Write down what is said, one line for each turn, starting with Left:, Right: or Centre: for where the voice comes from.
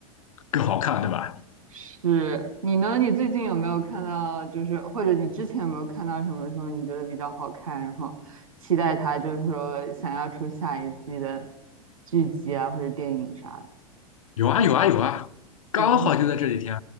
Left: 更好看，对吧？
Right: 是你呢？你最近有没有看到，就是或者你之前有没有看到什么说你觉得比较好看，然后期待它，就是说想要出下一季的剧集啊或者电影啥的？
Left: 有啊有啊有啊，
Right: 比如说
Left: 刚好就在这几天，